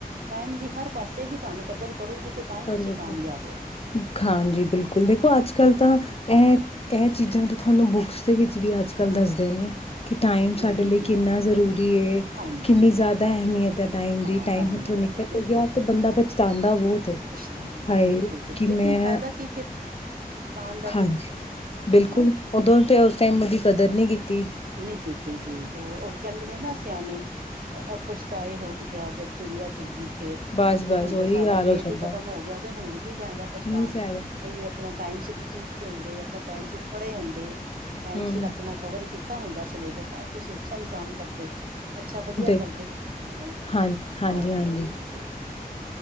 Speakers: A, on the right; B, on the left.
A: ਟਾਈਮ ਦੀ ਹਰ ਪਾਸੇ ਹੀ ਤੁਆਨੂੰ ਕਦਰ ਕਰੋਗੇ ਤੇ ਤਾਂ ਹੀ
B: ਕਰੋਗੇ
A: ਤੁਸੀਂ ਕਾਮਯਾਬ ਹੋਗੇ
B: ਹਾਂਜੀ ਬਿਲਕੁਲ ਦੇਖੋ ਆੱਜ-ਕੱਲ ਤਾਂ
A: ਹਾਂ
B: ਐ ਐ ਚੀਜ਼ਾਂ ਤਾਂ ਤੁਆਨੂੰ ਬੁੱਕਸ ਦੇ ਵਿੱਚ ਵੀ ਆੱਜ-ਕੱਲ ਦੱਸਦੇ ਨੇ। ਕਿ ਟਾਈਮ
A: ਬਿਲਕੁਲ
B: ਸਾਡੇ ਲਈ
A: ਜੀ
B: ਕਿੰਨਾ ਜ਼ਰੂਰੀ ਐ
A: ਹਾਂਜੀ
B: ਕਿੰਨੀ ਜੈਦਾ ਅਹਿਮੀਅਤ ਹੈ ਟਾਈਮ
A: ਹਾਂ
B: ਦੀ ਟਾਈਮ
A: ਅਹਿਮੀਅਤ
B: ਹੱਥੋਂ ਨਿਕਲ
A: ਹੈ ਬਿਲਕੁਲ
B: ਗਿਆ ਤੇ ਬੰਦਾ ਪਛਤਾਂਦਾ ਬੋਤ ਏ।
A: ਧੰਨ ਦਾ
B: ਹਾਏ
A: ਬਿਲਕੁਲ ਤੁ
B: ਕਿ
A: ਲੇਕਿਨ
B: ਮੈਂ
A: ਫਾਈਦਾ ਕੀ ਫਿਰ ਪਛਤਾਣ ਦਾ
B: ਹਾਂਜੀ,
A: ਵੀ
B: ਬਿਲਕੁਲ
A: ਹਨਾ
B: ਓਦੋਂ ਤੇ ਓਸ ਟਾਈਮ ਓਦੀ ਕਦਰ ਨੀ ਕੀਤੀ।
A: ਨਈ ਕੀਤੀ ਜੀ ਹੋਰ ਓ ਕੈਂਦੇ ਨੇ ਨਾ ਸਿਆਨੇ ਅਬ ਪਛਤਾਏ ਹੋਤ ਕਿਆ ਜਬ ਚਿੜੀਆਂ ਚੁੱਗ ਗਈ ਖੇਤ।
B: ਬਸ
A: ਬਈ
B: ਬਸ
A: ਹੁਣ
B: ਉਹੀ
A: ਤੇ ਸਾਰਾ
B: ਹਾਲ
A: ਖੇਤ
B: ਹੋ ਜਾਂਦਾ
A: ਈ ਖਤਮ ਹੋ ਗਿਆ ਤੇ ਹੁਣ ਕੀ ਫੈਦਾ ਪਛਤਾਨ
B: ਕੀ ਫਾਇਦਾ
A: ਦਾ। ਅਈਓ ਅਪਨਾ ਟਾਈਮ ਸਿਰ ਤੁਸੀਂ ਉੱਠੇ ਹੁੰਦੇ ਅਪਨਾ ਟਾਈਮ ਸਿਰ ਪੜੇ ਹੁੰਦੇ ਟਾਈਮ
B: ਹਮ
A: ਸਿਰ ਅਪਨਾ ਕਵਰ ਕੀਤਾ ਹੁੰਦਾ ਸਿਲੇਬਸ ਆੱਜ ਤੁਸੀਂ ਅੱਛਾ ਇਗਜ਼ਾਮ ਕਰਦੇ ਅੱਛਾ ਵਦੀਆ
B: ਦੇ
A: ਕਰਦੇ ਹੈਨਾ
B: ਹਾਂਜੀ
A: ਹਾਂ
B: ਹਾਂਜੀ ਹਾਂਜੀ
A: ਠੀਕ ਆ ਜੀ,